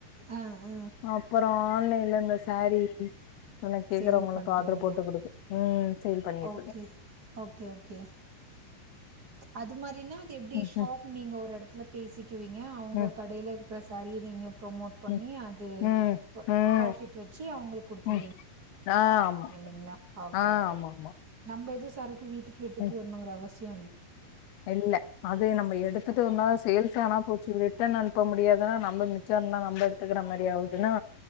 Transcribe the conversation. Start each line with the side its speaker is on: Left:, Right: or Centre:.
Right: ஆ ஆ
Left: அப்றோ ஆன்லைன்ல இந்த சாரீ அத கேக்குறவங்களுக்கு
Right: சேல் பண்றீங்க
Left: ஆர்டரு போட்டு குடுக் ம் சேல் பண்ணிட்டுருக்க
Right: ஓகே ஓகே ஓகே அது மாரினா அது எப்டி
Left: ம்
Right: ஷாப் நீங்க ஒரு இடத்துல பேசிக்குவீங்க அவுங்க
Left: ம்
Right: கடைல இருக்கிற சாரிய நீங்க ப்ரமோட் பண்ணி
Left: ம்
Right: அது
Left: ம் ம் ம்
Right: ப்ராஃபிட் வச்சி அவுங்களுக் குடுத்துருவீங்
Left: ம் ஆ ஆமா
Right: இல்லைங்ளா ஓகே
Left: ஆ
Right: ஓகே
Left: ஆமா ஆமா
Right: நம்ம எது சரக்கு வீட்டுக்கு எடுத்துட்டு
Left: ம்
Right: வரணுங்கற அவசியம் இல்ல
Left: இல்ல அ இது நம்ம எடுத்துட்டோன்னா சேல்ஸ் ஆனா போச்சு ரிட்டன் அனுப்ப முடியாதுன்னா நம்ம மிச்சோ இருந்தா நம்ப எடுத் துக்கற மாரி ஆவுதுன்னா